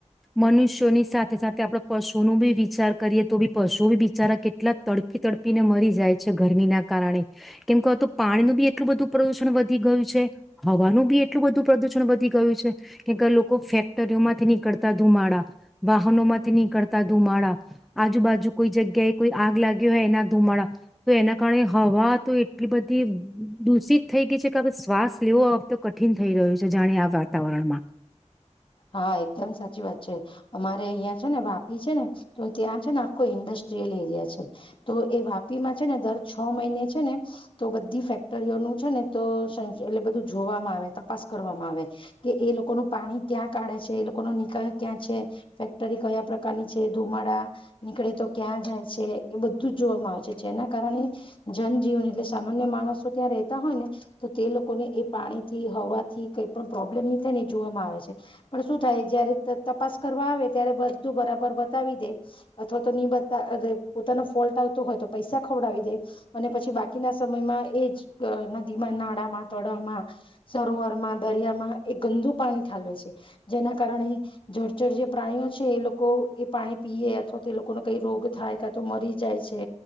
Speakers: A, in the centre; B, on the left (about 45°).
A: મનુષ્યોની સાથે સાથે આપડ પશુ ન બી વિચાર કરીએ તો બી પશુઓ બી બિચારા કેટલા તડપી તડપીને મરી જાય છે ગરમીના કારણે કેમ કે તો પાણીનું બી એટલું બધું પ્રદુષણ વધી ગયું છે હવાનું બી એટલું બધું પ્રદુષણ વધી ગયું છે કેમકે લોકો ફેક્ટરીઓમાંથી નીકળતા ધુમાડા વાહનો માંથી નીકળતા ધુમાડા આજુબાજુ કોઈ જગ્યાએ કોઈ આગ લાગી હોય એના ધુમાડા તો એના કારણે હવા તો એટલી બધી દૂષિત થઈ ગઈ છે કે શ્વાસ લેવો તો કઠિન થઈ રહ્યું છે જાણે આ વાતાવરણમાં
B: હા એકદમ સાચી વાત છે અમારે અહિયાં છે ને વાપી છે ને તો ત્યાં છે ને આખો ઇન્ડસ્ટ્રીયલ એરિયા છે તો એ વાપી માં છે ને દર છ મહિને છે ને તો બધી ફેક્ટરીઓનું છે ને તો <unintelligible> એટલે બધું જોવામાં આવે તપાસ કરવામાં આવે કે એ લોકોનું પાણી ક્યાં કાઢે છે એ લોકોનો નિકાલ ક્યાં છે ફેક્ટરી કયા પ્રકારની છે ધુમાડા નીકળે તો ક્યાં જાય છે એ બધું જ જોવામાં આવે છે જેના કારણે જનજીવન એટલે સામાન્ય માણસો ત્યાં રહેતા હોય ને તો તે લોકોને એ પાણી થી હવા થી કઈ પણ પ્રોબ્લેમ નહી થાય ને એ જોવામાં આવે છે. પણ શું થાય જય્યારે તતપાસ કરવા આવે ત્યારે બધું બરાબર બતાવી દે અથવા તો નની બતા પોતાનો ફોલ્ટ આવતો હોય તો પૈસા ખવડાવી દે અને પછી બાકીના સમયમાં એ જ નદીમાં નાળામાં તળાવમાં સરોવરમાં દરિયામાં એ ગંદુ પાણી ઠાલવે છે. જેના કારણે જળચર જે પ્રાણીઓ છે એ લોકો એ પાણી પીએ અથવા તો એ લોકોને કઈ રોગ થાય કા તો મરી જાય છે